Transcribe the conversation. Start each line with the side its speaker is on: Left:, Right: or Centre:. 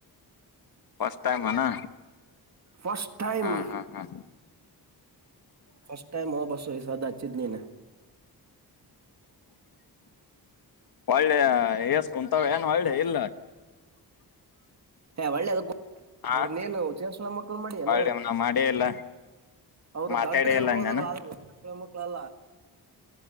Left: ಫಸ್ಟ್ ಟೈಮ ಅನಾ
Right: ಫಸ್ಟ್ ಟೈಮ್
Left: ಹಾ ಹಾ ಹಾ.
Right: ಫಸ್ಟ್ ಟೈಮ್ ಬಸ ಈ ಸತಿ ಹಚ್ಚಿದ್ದ ನೀನ
Left: ಒಳ್ಳೆ ಎಸ್ ಕುಂತಾವ ಏನ್ ಒಳ್ಳೆ ಇಲ್ಲ.
Right: ಹಾ ಒಳ್ಳೆ ಅದ
Left: ಹಾ
Right: ಅವ್ರನೇನ ಚೇಸಣ ಮಕ್ಕ ಮಾಡ ಏನ
Left: ಒಳ್ಳೆ ನಾ ಮಾಡೇ ಇಲ್ಲ
Right: ಅವರು
Left: ಮಾತಾಡೇ
Right: ದಡ್ರ ಇರ್ಬೋದು
Left: ಇಲ್ಲ ಅಂದ್ಯಾನ
Right: ಆದ ಕಲ್ಲ ಕಾಲ